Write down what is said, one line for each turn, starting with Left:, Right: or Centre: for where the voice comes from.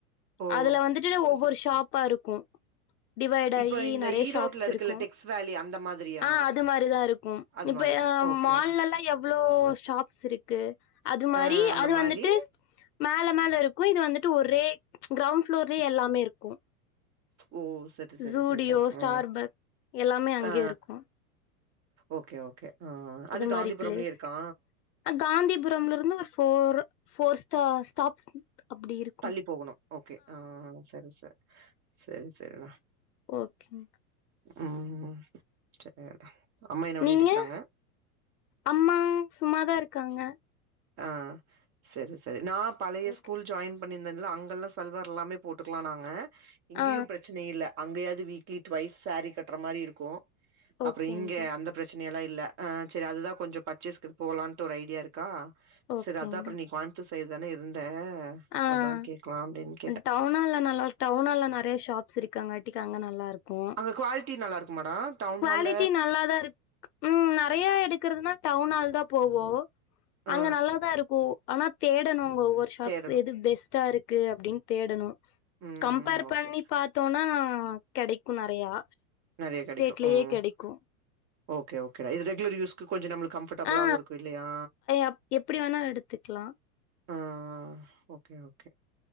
Right: ஓ!
Left: அதுல வந்துட்டு
Right: சரி,
Left: ஒவ்வொரு
Right: சரி.
Left: ஷாப்பா இருக்கு டிவைட் ஆயி
Right: இப்ப இந்த
Left: நெறையா
Right: ஈரோட்ல
Left: ஷாப்ஸ்
Right: இருக்குல்ல
Left: இருக்கு
Right: டெக்ஸ் வேலி அந்த மாதிரியா?
Left: ஆ அது மாரிதா இருக்கு
Right: அது
Left: இப்ப
Right: மாரி. ஓகே.
Left: மால்லல்லா எவ்ளோ ஷாப்ஸ் இருக்கு அது மாரி
Right: ஆ அந்த
Left: அது
Right: மாரி?
Left: வந்துட்டு மேல மேல இருக்கு இது வந்துட்டு ஒரே கிரௌண்ட் ஃப்ளோர்லயே எல்லாமே இருக்கு
Right: ஓ சரி சரி
Left: ஜூடியோ
Right: சரிடா
Left: ஸ்டார்பக்
Right: உ
Left: எல்லாமே அங்கயே
Right: ஆ
Left: இருக்கு
Right: ஓகே ஓகே ஆ அது
Left: மாரி
Right: காந்திபுரம்லயே
Left: பிளேஸ்
Right: இருக்கா
Left: காந்திபுரம்ல இருந்து ஒரு ஃபோர் ஃபோர் ஸ்டா ஸ்டாப்ஸ் அப்டி இரு
Right: தள்ளி போகணும் ஓகே ஆ சரி சரி சரி சரிடா
Left: ஓகேங்க்க
Right: ம் சேரிடா அம்மா என்ன பண்ணிட்டு
Left: நீங்க
Right: இருக்கறாங்க
Left: அம்மா சும்மாதா இருக்காங்க
Right: ஆ சரி சரி நா பழைய
Left: ஓகே
Right: ஸ்கூல் ஜாயின் பண்ணியிருந்தே அங்கெல்லா சல்வார் எல்லாமே போட்டுக்கலான்னாங்க இங்கயு
Left: ஆ
Right: பிரச்சனை இல்ல அங்கயாவது வீக்லி டுவைஸ் சாரீ கட்டுற மாரி இருக்கு அப்பற
Left: ஓகேங்க்கா
Right: இங்க அந்த பிரச்சனையெல்லா இல்ல அ சரி அதுதா கொஞ்ச பர்ச்சேஸ்க்கு போலாம்ட்டு ஒரு ஐடியா இருக்கா
Left: ஓகேங்க்கா
Right: சரி அதா அப்பற நீ கோயம்புத்தூர் சைடு தானே இருந்த
Left: ஆ
Right: அதா கேட்கலாம் அப்படின்னு கேட்டே
Left: டவுனால நல்லா டவுனால நெறைய ஷாப்ஸ் இருக்காங்க வட்டிக்கா அங்க நல்லாருக்கு
Right: அங்க குவாலிட்டி நல்லா இருக்குமாடா டவுன்
Left: குவாலிட்டி
Right: ஹால்ல
Left: நல்லாதா இருக்கு ம் நெறைய எடுக்குறதுனா டவுன்ஹால் தா போவோ
Right: ஆ
Left: அங்க நல்லாதா இருக்கூ ஆனா தேடணு அங்க ஒவ்வொ ஷாப்ஸ்
Right: தேடணு
Left: எது பெஸ்ட்டா இருக்கு அப்படின்னு தேடணு
Right: ம்
Left: கம்பேர்
Right: ஓகே
Left: பண்ணி பாத் தோணா கெடைக்கு நெறையா
Right: நெறையா கெடைக்கு
Left: லே
Right: ம்
Left: கெடைக்கு
Right: ஓகே ஓக் கே இது ரெகுலர் யூஸ்கு கொஞ்ச நம்ளுக்கு கம்பர்டபுளா
Left: ஆ
Right: இருக்கு இல்லயா
Left: அப் எப்டி வேணா எடுத்துக்கலா
Right: ம் ஓகே ஓகே